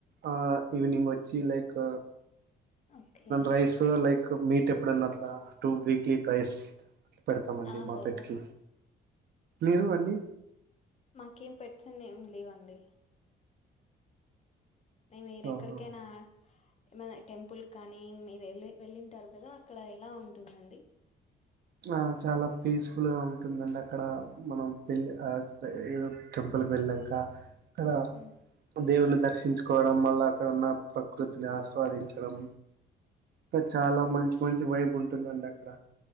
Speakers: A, on the right; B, on the left.
A: ఆ ఈవెనింగ్ వచ్చి like
B: okay
A: rice like meat ఎప్పుడన్న అట్లా టూ వీక్లీ ట్వైస్ పెడతామండి
B: ఆహో
A: మా పెట్కి మీరు అండి
B: మాకేం పె అన్ని ఏం లేవండి న మీరు
A: ఆహా
B: ఎక్కడికైనా ఏమైనా టెంపుల్ కానీ మీరు వెళ్ వెళ్ళింటారు కదా అక్కడ ఎలా ఉంటుందండి
A: ఆ చాలా పీస్ఫుల్ గా ఉం ఉంటుందండి అక్కడ మనం పెళ్ళి ఆ ఏదో టెంపుల్కి వెళ్ళంక అక్కడ
B: ఉమ్
A: దేవుని దర్శించు కోవడం మల్ల అక్కడన్న ప్రకృతిని ఆస్వాదించడం ఇ చాలా మంచి మంచి వైబ్ ఉంటుందండి అక్కడ